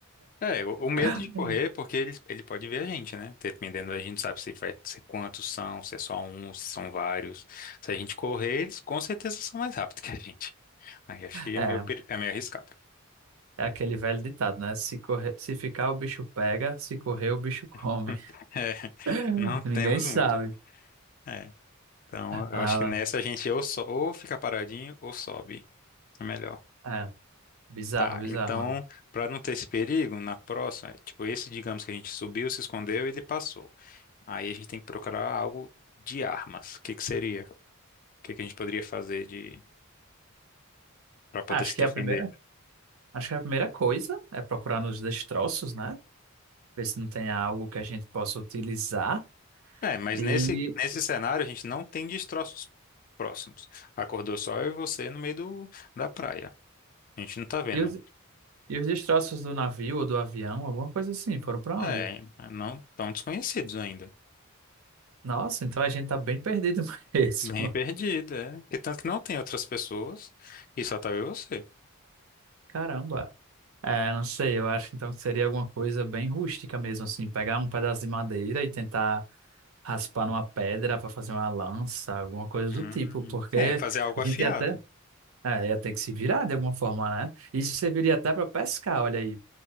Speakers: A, on the left; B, on the right.
A: É, o, o medo
B: <laughs>
A: de correr, é porque ele, ele pode ver a gente, né? Dependendo, a gente sabe se vai se quantos são, se é só um, se são vários. Se a gente correr, eles com certeza são mais rápidos que a gente. Aí acho que
B: É,
A: é meio, peri- é meio arriscado.
B: é aquele velho ditado, né? Se correr, se ficar, o bicho pega, se correr, o bicho come.
A: <laughs> É,
B: <laughs>
A: não temos
B: Ninguém sabe.
A: muito. É, então eu
B: Ah,
A: acho que nessa a gente ou, so, ou fica paradinho ou sobe. É melhor.
B: é, bizarro,
A: Tá,
B: bizarro.
A: então, para não ter esse perigo, na próxima, tipo, esse, digamos que a gente subiu, se escondeu, ele passou. Aí a gente tem que procurar algo de armas. O que que seria? que que a gente poderia fazer de para poder
B: Acho
A: se
B: que é
A: defender?
B: a primeira, acho que é a primeira coisa é procurar nos destroços, né? ver se não tem algo que a gente possa utilizar.
A: É, mas
B: E,
A: nesse nesse cenário a gente não tem destroços próximos. Acordou só eu e você no meio do, da praia. A gente não tá vendo.
B: e, os, e os destroços do navio ou do avião, alguma coisa assim, foram para
A: É,
B: onde?
A: não tão desconhecidos ainda.
B: Nossa, então a gente tá bem perdido <laughs> mesmo.
A: Bem perdido, é. Porque tanto que não tem outras pessoas e só tá eu e você.
B: Caramba. É, não sei, eu acho então que seria alguma coisa bem rústica mesmo, assim, pegar um pedaço de madeira e tentar raspar numa pedra para fazer uma lança, alguma coisa
A: Hum,
B: do tipo, porque
A: é, fazer algo
B: a gente
A: afiado.
B: ia até, é, ia ter que se virar de alguma forma, né? Isso serviria até para pescar, olha aí,